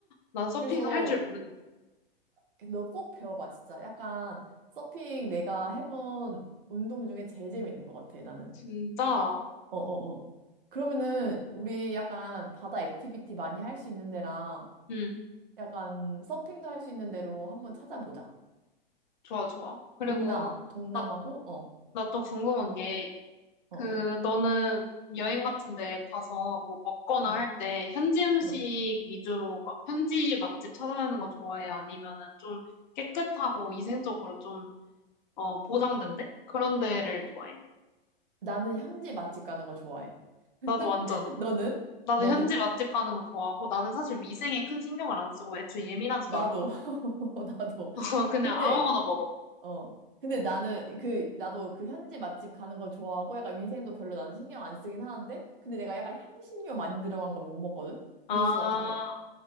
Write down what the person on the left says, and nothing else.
난 서핑을
할 줄 모르는데.
진짜?
응,
좋아, 좋아. 그리고
나,
나 또 궁금한 게, 그,
너는 여행 같은 데 가서 뭐 먹거나
할 때 현지 음식
위주로 막 현지 맛집 찾아다니는 거 좋아해? 아니면은 좀 깨끗하고 위생적으로 좀, 어, 보장된대? 그런 데를 좋아해?
나도 완전
나도
현지 맛집 가는 거 좋아하고 나는 사실 위생에 큰 신경을 안 쓰고 애초에 예민하지도
않아.
<laughs> 그냥
아무거나 먹어.
아,